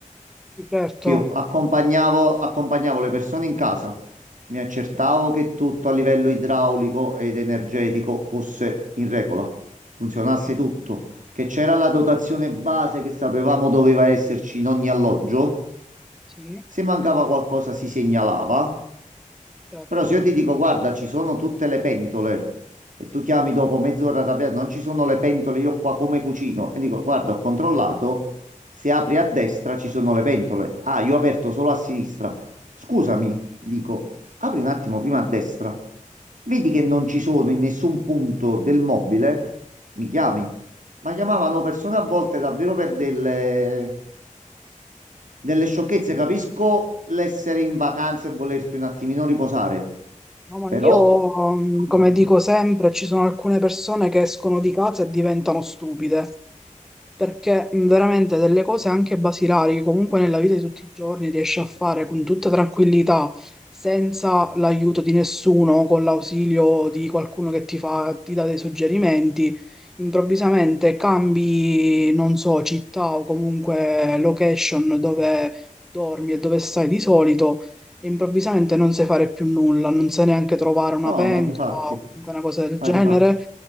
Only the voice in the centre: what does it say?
Certo,
sì,
sì,
sì,
certo.
No, ma
io, mm,
come
dico sempre, ci sono alcune persone che escono di casa e diventano stupide. perché mh, veramente delle cose anche basilari che comunque nella vita di tutti i giorni riesce a fare con tutta tranquillità, senza l'aiuto di nessuno, con l'ausilio di qualcuno che ti fa, ti dà dei suggerimenti, improvvisamente cambi, non so, città o comunque location dove dormi e dove stai di solito e improvvisamente non sai fare più nulla, non sai neanche trovare una
pentola
o comunque una cosa del
genere.